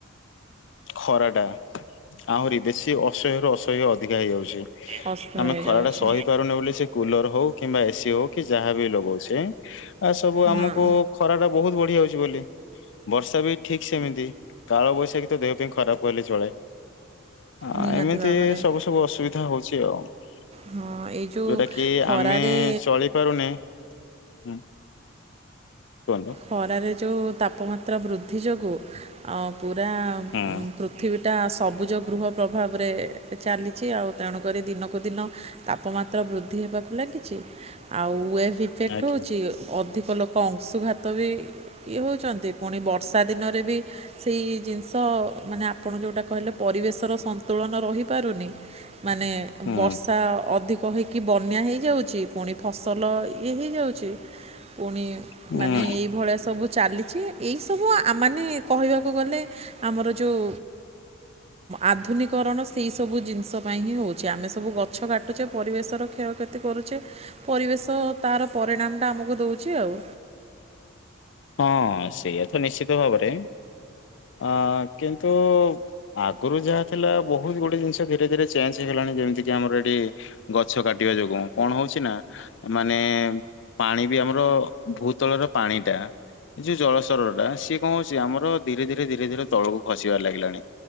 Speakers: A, on the left; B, on the right.
A: ଖରାଟା ଆହୁରି ବେଶୀ ଅସହ୍ୟରୁୁ ଅସହ୍ୟ ଅଧିକା ହେଇଯାଉଚି।
B: ଅସ୍ତ
A: ଆମେ
B: ହେଇଯାଉଛି।
A: ଖରା ଟା ସହି ପାରୁନି ବୋଲି ସେ କୁଲର ହଉ କିମ୍ବା ଏସିି ହଉ କି ଯାହାବି ଲଗଉଚେ, ଆ ସବୁ ଆମକୁ
B: ନା
A: ଖରା ଟା ବହୁତ ବଢ ବଢ଼ି ଯାଉଚି ବୋଲି। ବର୍ଷା ବି ଠିକ ସେମିତି କାଳ ବୈଶାଖୀ ତ ଦେହ ପାଇଁ ଖରାପ କହିଲେ ଚଳେ। ଆ
B: ନିହାତି
A: ଏମିତି
B: ଭାବରେ
A: ସବୁ ସବୁ ଅସୁବିଧା ହଉଚି କଟି
B: ହଁ ଏଇ ଯେଉଁ
A: ଯଉଟା କି
B: ଖରାରେ
A: ଆମେ ଚଳି ପାରୁନେ ହୁଁ। କୁହନ୍ତୁ।
B: ଖରାରେ ଯଉ ତାପମାତ୍ରା ବୃଦ୍ଧି ଏଥି ଯୋଗୁଁ ଆଁ ପୁରା
A: ହୁଁ
B: ଉଁ ପୃଥିବୀଟା ଆସ ସବୁଜ ଗୃହ ପ୍ରଭାବରେ ଚାଲିଛି ଆଉ ତେଣୁକରି ଦିନକୁ ଦିନ ତାପମାତ୍ରା ବୃଦ୍ଧି ହେବାକୁ ଲାଗିଛି। ଆଉ ଏଫ ଇଫେକ୍ଟ
A: ଆଜ୍ଞା।
B: ହଉଛି ଅଧିକ ଲୋକ ଅଂଶୁ ଘାତ ତ ବି ଇଏ ହେଉଛନ୍ତି ପୁଣି ବର୍ଷା ଦିନରେ ବି ସେଇ ଜିନିଷ ମାନେ ଆପଣ ଯେଉଁଟା କହିଲେ ପରିବେଶର ସନ୍ତୁଳନ ରହିପାରୁନି। ମାନେ
A: ହୁଁ
B: ବର୍ଷା ଅଧିକ କହିକି ବନ୍ୟା ହେଇଯାଉଛି ପୁଣି ଫସଲ ଇଏ ହେଇଯାଉଛି ପୁଣି
A: ହୁଁ
B: ମା ନି ଏଇଭଳିଆ ସବୁ ଚାଲିଛି ଏଇସବୁ ମାନେ କହିବାକୁ ଗଲେ ଆମର ଯେଉଁ ଆଧୁନିକରଣ ସେଇ ସବୁ ଜିନିଷ ପାଇଁ ହିଁ ହେଉଛି ଆମେ ସବୁ ଗଛ କାଟୁଛେ ପରିବେଶର କ୍ଷୟକ୍ଷତି କରୁଛେ ପରିବେଶ ତାର ପରିଣାମଟା ଆମକୁ ଦେଉଛି ଆଉ।
A: ହଁ ସେଇଆତ ନିଶ୍ଚିତ ଭାବରେ ଆଁ କିନ୍ତୁ ଆଗରୁ ଯାହା ଥିଲା ବହୁତ ଗୁଡ଼ିଏ ଜିନିଷ ଧୀରେ ଧୀରେ ଚେଞ୍ଜ ହେଇଗଲାଣି ଯେମିତିକି ଆମର ଏଠି ଗଛ କାଟିବା ଯୋଗୁଁ କଣ ହେଉଛି ନା ମାନେ ପାଣି ବି ଆମର ଭୂତଳର ପାଣିଟା ଯୋଉ ଜଳ ସର ଟା ସିଏ କଣ ହଉଛି ଆମର ଧୀରେ ଧୀରେ ଧୀରେ ଧୀରେ ତଳକୁ ଖସିବାର ଲାଗିଲାଣି